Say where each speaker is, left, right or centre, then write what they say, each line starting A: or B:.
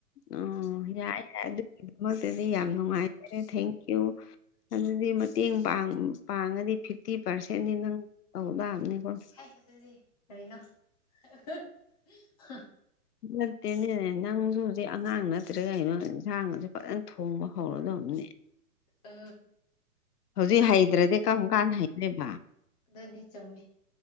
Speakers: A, on the left; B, on the left.
A: ꯑꯣ ꯌꯥꯏ ꯌꯥꯏ ꯑꯗꯨꯒꯤꯗꯃꯛꯇꯗꯤ ꯌꯥꯝ ꯅꯨꯡꯉꯥꯏꯖꯔꯦ ꯊꯦꯡ ꯀꯨ ꯑꯗꯨꯗꯤ ꯃꯇꯦꯡ ꯄꯥꯡ ꯄꯥꯡꯉꯗꯤ ꯐꯤꯐꯇꯤ ꯄꯥꯔꯁꯦꯟꯗꯤ ꯅꯪ ꯇꯧꯇꯥꯕꯅꯤꯀꯣ
B: ꯍꯥꯏ ꯑꯗꯨ ꯑꯗꯨꯗꯤ ꯀꯔꯤꯅꯣ <unintelligible>
A: ꯅꯠꯇꯦꯅꯦꯅꯦ ꯅꯪꯁꯨ ꯍꯧꯖꯤꯛ ꯑꯉꯥꯡ ꯅꯠꯇ꯭ꯔꯦ ꯀꯩꯅꯣꯟꯁꯥꯡꯁꯨ ꯐꯖꯅ ꯊꯣꯡꯕ ꯍꯧꯔꯗꯕꯅꯦ
B: ꯑ
A: ꯍꯧꯖꯤꯛ ꯍꯩꯗ꯭ꯔꯗꯤ ꯀꯔꯝ ꯀꯥꯟꯅ ꯍꯩꯗꯦꯕ
B: ꯑꯗꯨꯗꯤ ꯆꯨꯝꯃꯦ